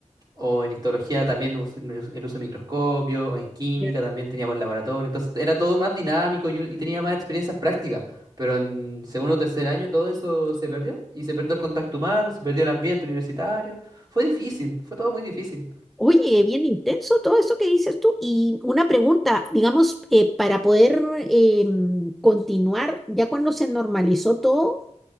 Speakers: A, on the right; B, in the centre.
A: o en histología también us- el uso de microscopio, o en química
B: ya.
A: también teníamos el laboratorio. Entonces era todo más dinámico y, y tenía más experiencias prácticas. Pero en segundo o tercer año todo eso se perdió. Y se perdió el contacto humano, se perdió el ambiente universitario. Fue difícil, fue todo muy difícil.
B: Oye, bien intenso todo eso que dices tú. Y una pregunta, digamos, eh, para poder eh, mm, continuar, ya cuando se normalizó todo,